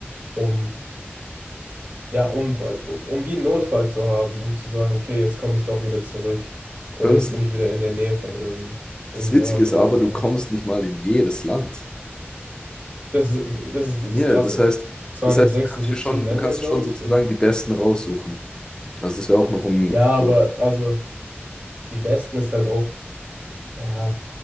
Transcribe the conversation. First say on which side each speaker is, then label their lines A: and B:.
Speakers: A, on the right; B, on the left.
A: um Ja, um, um wie einen Notfall zu haben, um zu sagen, okay, jetzt komme ich doch wieder zurück. Oder
B: Vor allem
A: jetzt
B: das,
A: bin ich wieder in der Nähe von irgend, irgendjemand
B: das Witzige ist
A: oder
B: aber,
A: irgendwas.
B: du kommst nicht mal in jedes Land.
A: Das ist, das ist das
B: Ja,
A: Krasse.
B: das heißt,
A: zweihundertsechsundsiebzig
B: das heißt, du kannst dir schon,
A: Länder,
B: du kannst
A: glaube
B: dir schon sozusagen
A: ich. Du-
B: die Besten raussuchen. Also das wäre auch noch ein
A: Ja,
B: Pro.
A: aber also die besten ist halt auch, ja,